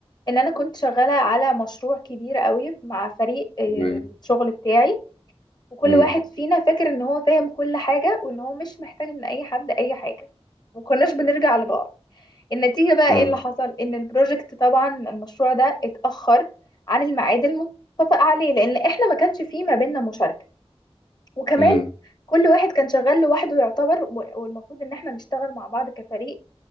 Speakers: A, on the left; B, on the left.
A: ان انا كنت شغالة على مشروع كبير قوي مع فريق آه،
B: تمام
A: الشغل بتاعي وكل
B: مم.
A: واحد فينا فاكر ان هو فاهم كل حاجة وان هو مش محتاج من اي حد اي حاجة ومكناش بنرجع لبعض النتيجة بقى
B: اه
A: ايه اللي حصل ان البروجكت طبعا المشروع ده اتأخر عن الميعاد المتفق عليه لان احنا ما كانش فيه ما بيننا مشاركة وكمان
B: امم
A: كل واحد كان شغال لوحده يعتبر و- والمفروض ان احنا نشتغل مع بعض كفريق